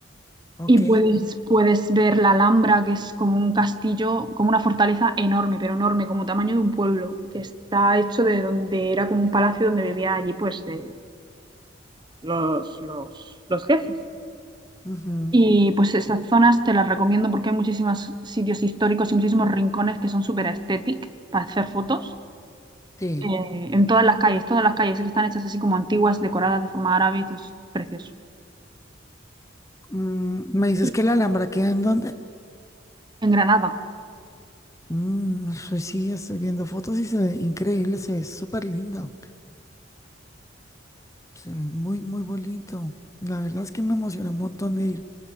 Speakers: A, on the left; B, on the right.
A: ok.
B: Y puedes, puedes ver la Alhambra, que es como un castillo, como una fortaleza enorme, pero enorme, como tamaño de un pueblo, que está hecho de donde era como un palacio donde vivía allí, pues, de los, los, los jefes.
A: ujú,
B: Y pues esas zonas te las recomiendo porque hay muchísimos sitios históricos y muchísimos rincones que son súper estéticos para hacer fotos.
A: Sí.
B: eh, en todas las calles, todas las calles que están hechas así como antiguas, decoradas de forma árabe, y todo es precioso.
A: Mm, ¿me dices
B: Y
A: que la Alhambra queda en dónde?
B: En Granada.
A: Mm, eso sí, estoy viendo fotos y se ve increíble, se ve súper lindo. Se ve muy, muy bonito. La verdad es que me emociona un montón de ir.